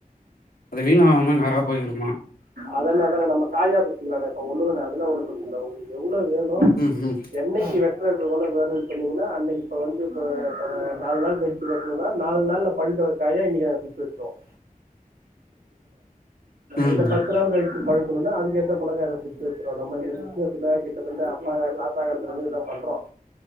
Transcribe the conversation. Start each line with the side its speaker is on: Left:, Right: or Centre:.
Left: அது வீண் ஆகாம நேறா போயிருமா
Right: அதன அதன நம காயா பரிச்சிக்கல இப்ப ஒண்ணுன அதெல்லா ஒண்ணு பெரச்சனல்ல உங்களுக்கு எவ்ள வேணும்
Left: ம் ம்
Right: என்னனைக்கு வெற்றது வேனு சொண்ணீங்கன்னா அன்னைக்கு வந்து நாலு நாள் கழிச்சு வென்றான் நாலு நாள் பழுக்குரக் காய்ய இன்னைக்கு நாங்க குட்த்துட்டோம்
Left: ம்
Right: இல்ல பத்து நாள் கழிச்சு பழுக்கணுன அதுக்கேத் புலகை சுட்டு வெச்சுருவே நம்ம இங்க சுட்டு வெச்சத கிட்ட‌ தட்ட அப்பா தாத்தா காலத்தில இருந்து இதுதான் பண்றோம்